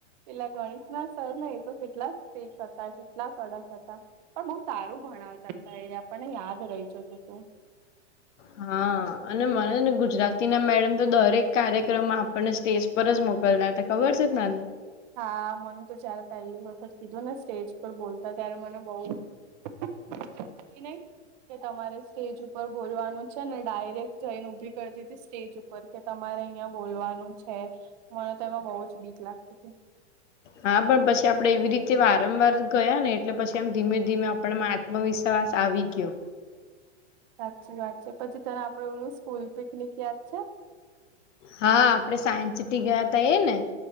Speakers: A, on the right; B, on the left.
A: પેલા ગણેશ ના સર ને એ તો કેટલા સ્પીક હતા કેટલા કડક હતા. પણ બહુ સારું ભણાવતા એ આપણને યાદ રહી જ તું તું
B: હા અને મને છે ને ગુજરાતી ના મેડમ તો દરેક કાર્યક્રમમાં આપણને સ્ટેજ બર જ મોકલ ના ખબર છે તને?
A: હા મને તો જયારે પહેલી વખત કીધું ને સ્ટેજ પર બોલતા ત્યારે મને બહ નહી <inaudible> કે તમારે સ્ટેજ ઉપર બોલવાનું છે ને ડાયરેક્ટ જઈને ઉભી કરી દીધી સ્ટેજ કે તમારે અહં બોલવાનું છે મને તેમાં બહુ જ બીક લાગતી હતી.
B: હા પણ પછી આપડે એવી રીતે વારંવાર ગયા ને એટલે પછી આમ ધીમે ધીમે આપણે હ વિશ્વાસ આવી ગયો.
A: સાચી વાત છે પછી તને આપડે ઓલું સ્કૂલ પિકનિક યાદ છે?
B: હા આપડે સાયન્સ સિટી ગયા તા એ ને?